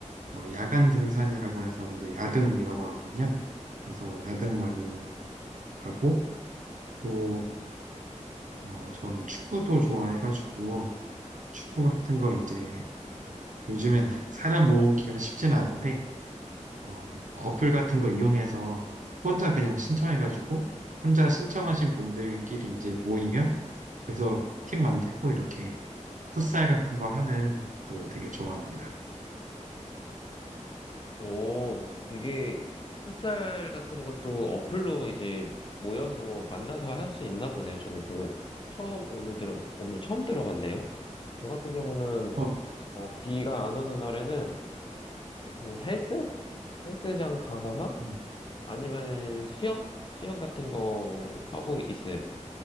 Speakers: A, on the right; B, on the left.
A: 어, 야간 등산이라고 해서 이제 야등이라고 하거든요. 그래서 야등 많이 가고 또 어, 저는 축구도 좋아해가지고 축구 같은 거 이제 요즘엔 <laughs> 사람 모으기가 쉽진 않은데 어, 어플 같은 거 이용해서 혼자 그냥 신청해가지고 혼자 신청하신 분들끼리 이제 모이면 거기서 팀 만들고 이렇게 풋살 같은 거 하는 또 되게 좋아합니다.
B: 오, 이게 풋살 같은 것도 어플로 이제 모여서 만나서 할 수 있나 보네요. 저는 그걸 처음 오늘 들어 오늘 처음 들어봤네요. 저 같은 경우는
A: 어,
B: 어, 비가 안 오는 날에는 어, 그냥 헬스 헬스장 가거나
A: 음,
B: 아니면 수영 수영 같은 거 하고 있어요.